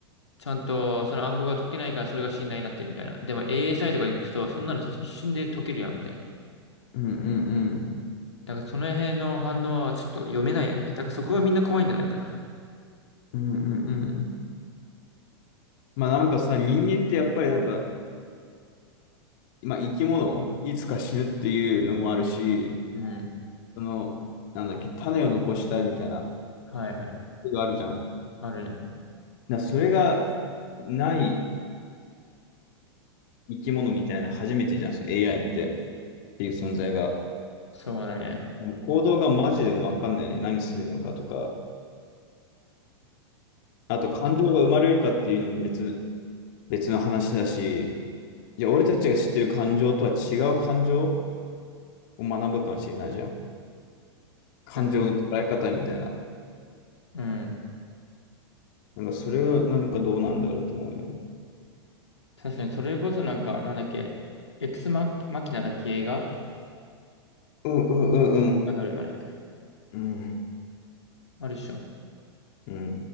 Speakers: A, on the left (about 80°); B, on the left (about 50°).
A: ちゃんとその暗号が解けないからそれが信頼になってるみたいな。でも ASI とか行くと、そんなの一瞬で解けるやん、みたいな。
B: うん。
A: だからその辺の反応はちょっと読めないよね。だからそこがみんな怖いんじゃないかな。
B: うん。うん。まあなんかさ、人間ってやっぱりなんか、まあ生き物、いつか死ぬっていうのもあるし、
A: うん。
B: その、なんだっけ、種を残したいみたいな、
A: はいはい。
B: があるじゃん。
A: あるね。
B: だからそれがない生き物みたいな、初めてじゃん、その AI って、っていう存在が。
A: そうだね。
B: もう行動がマジで分かんないよね。何するのかとか。あと感情が生まれるかっていうのも別、別の話だし、じゃあ俺たちが知ってる感情とは違う感情を学ぶかもしれないじゃん。感情の捉え方みたいな。
A: たたうん。
B: なんかそれはなんかどうなんだろうと思うよね。
A: 確かにそれこそなんか、なんだっけ、エクスマ、マキナだっけ映画
B: うんうんうん
A: あるあれ。
B: うん。うん
A: あるっしょ。
B: うんう